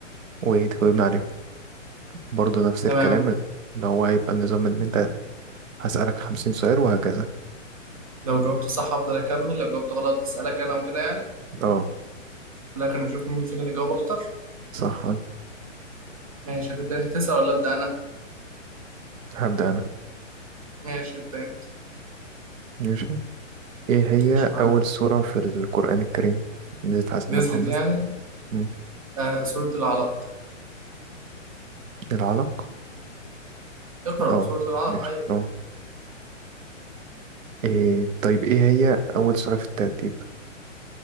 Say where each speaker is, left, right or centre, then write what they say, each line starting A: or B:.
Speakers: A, on the right; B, on the right.
A: وتجاوبني عليهم برضه نفس الكلام
B: تمام
A: اللي هو هيبقى النظام اللي انت هسألك خمسين سؤال وهكذا
B: لو جاوبت صح افضل اكمل لو جاوبت غلط اسألك انا وكده يعني
A: اه
B: في الاخر نشوف مين فينا اللي جاوب اكتر
A: صح
B: ماشي هتبدأ انت تسأل ولا ابدأ انا؟
A: هبدأ أنا
B: ماشي ابدأ انت
A: ماشي ايه هي
B: ماشي معاك
A: أول سورة في القرآن الكريم نزلت على سيدنا
B: نزلت
A: محمد؟
B: يعني
A: مم.
B: آه سورة العلق
A: العلق
B: اقرأ
A: اه
B: سورة العلق
A: ماشي
B: ايوه
A: اه إيه طيب ايه هي أول سورة في الترتيب؟